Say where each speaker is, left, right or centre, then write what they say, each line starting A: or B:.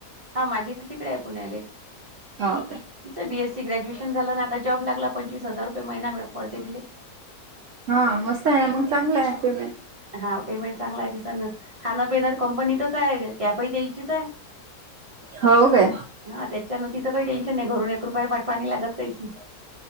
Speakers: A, on the right; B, on the right.
A: हा माझी तर तिकडे आहे पुण्याले
B: हा ओके
A: तिं बीएसी ग्रॅज्युएशन झा ना आता जॉब लागला पंचवीस हजार रुपय म मि पडते दिले
B: हा मस्त आहे ना मग चांगलं आहेमेंट
A: हा पेमेंट चांगला आहे तिस खाना पिण्या कंपनीतच आहे. क पही त्यायचीच आहे.
B: हो काय
A: हा त्याच्यानं तिचं काही टेन्शन नाही घरून एक रुपया पाठवा लागत काही नाही.